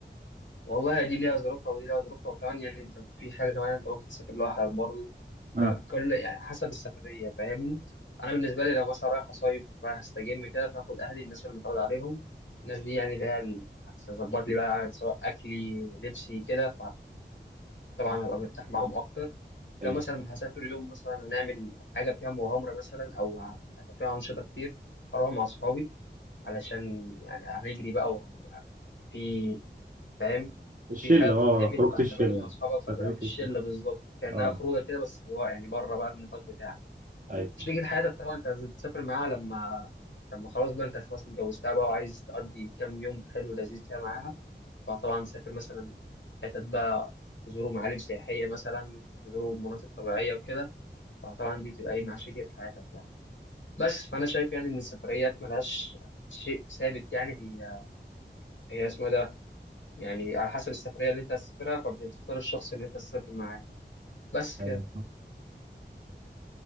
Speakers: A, on the left; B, on the right.
A: والله دي ليها ظروفها ودي ليها ظروفها وكمان يعني انت في حاجه كمان انت ممكن تسافر لوحدك برضه
B: آه.
A: فكل يعني حسب السفريه فاهمني انا بالنسبه لي لو مثلا رايح اصيف رايح استجم كده فاخد اهلي الناس اللي متعود عليهم الناس دي يعني اللي هي اللي هتظبط لي بقى سواء اكلي لبسي كده فطبعا هبقى مرتاح معاهم اكتر
B: ايه
A: لو مثلا هسافر يوم مثلا هنعمل حاجه فيها مغامره مثلا او ه- فيها انشطه كتير اروح مع اصحابي علشان يعني هنجري بقى وهنبقى في فاهم
B: الشله
A: في حاجه بتتعمل
B: اه خروجه
A: فهتعملها
B: الشله
A: مع اصحابك
B: سفريه
A: فهتبقى مش
B: الشله
A: شله بالظبط كانها
B: اه
A: خروجه كده بس جوا يعني بره بقى النطاق بتاعك
B: ايوه
A: شريكة حياتك طبعا انت عايز تسافر معاها لما لما خلاص بقى انت خلاص اتجوزتها بقى وعايز تقضي كام يوم حلو لذيذ كده معاها فطبعا تسافر مثلا حتت بقى تزوروا معالم سياحيه مثلا تزوروا مناطق طبيعيه وكده فطبعا دي تبقى ايه مع شريكة حياتك يعني بس فانا شايف يعني ان السفريات ملهاش شيء ثابت يعني هي هي اسمها ده يعني على حسب السفرية اللي أنت هتسافرها فبتختار الشخص اللي أنت هتسافر معاه بس
B: ايوه
A: كده